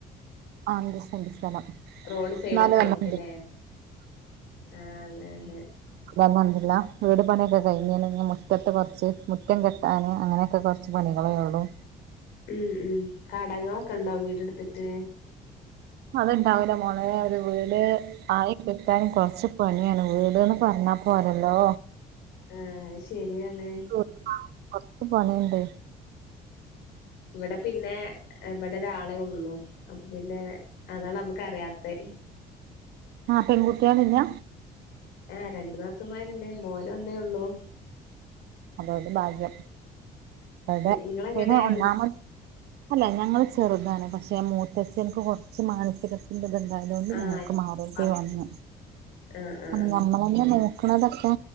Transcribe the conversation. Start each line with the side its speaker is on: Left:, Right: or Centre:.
Right: ആ അഞ്ചു സെന്റ് സ്ഥലം.
Left: റോഡ് സൈഡൊക്കെ
Right: നാല്
Left: ആയിരിക്കുല്ലേ
Right: കൊല്ലം, അഞ്ച്
Left: ആനല്ലേ.
Right: അതൊന്നുന്ന്ല്ല. വീട് പണിയൊക്കെ കഴിഞ്ഞ്ണ്. ഇനി മുറ്റത്ത് കൊറ്ച്ച് മുറ്റം കെട്ടാൻ അങ്ങനെയൊക്കെ കൊർച്ച് പണികളെ യൊള്ളു.
Left: ഉം ഉം കടങ്ങളൊക്കെണ്ടോ വീടെട്ത്തിട്ട്?
Right: അതുണ്ടാവുല്ല മോളെ ഒരു വീട് ആയി കിട്ടാന് കൊറ്ച്ച് പണ്യാണ് വീട്- പറഞ്ഞാ പോരല്ലോ.
Left: ആഹ് അത് ശരിയാണ്
Right: ശരി. കൊർച്ച പണിയ്ണ്ട്
Left: ഇവടെ പിന്നെ ഇവിടൊരാളേ ഒള്ളു. അപ്പ പിന്നെ, അതാ നമ്മുക്കറിയാത്തെ.
Right: ആ പെൺകുട്ട്യേളില്ല?
Left: ആ രണ്ടു നാത്തൂൻമാരുണ്ട്, മോനൊന്നെ ഒള്ളൂ.
Right: അതോണ്ട് ഭാഗ്യം, അടെ
Left: ഇങ്ങളെങ്ങനെ
Right: പിന്നെ ഒന്നാമൻ
Left: മു
Right: അല്ല ഞങ്ങള് ചെറുതാണ്, പക്ഷെ മൂത്തച്ഛന്ക് കൊറച്ച് മാനസിക ബുദ്ധി യതു <unintelligible> കൊണ്ട്
Left: ആഹ്
Right: ഞങ്ങൾക്ക് മാറേണ്ടി
Left: ആഹ്
Right: വന്നു.
Left: ആഹ് ആഹ്
Right: അന്നു നമ്മളെ പിന്നെ നോക്ക്ണതൊക്കെ?